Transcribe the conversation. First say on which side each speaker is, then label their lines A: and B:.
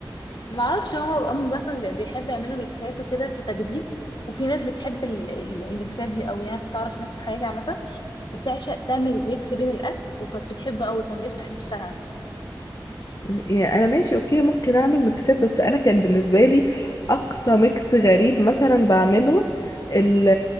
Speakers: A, on the left (about 65°); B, on the left (about 45°).
A: ما اعرفش هو امي مثلا بي- بيحب يعملوا ميكسات وكده كتجديد وفي ناس بتحب ال- ال- الميكسات دي قوي يعني أنا كنت اعرف ناس في حياتي عامه بتعشق تعمل ميكس بين الاكل وكانت بتحبه قوي كان بيفتح نفسها
B: يعني انا ماشي اوكي ممكن اعمل ميكسات بس انا كان بالنسبه لي اقصى ميكس غريب مثلا بعمله ال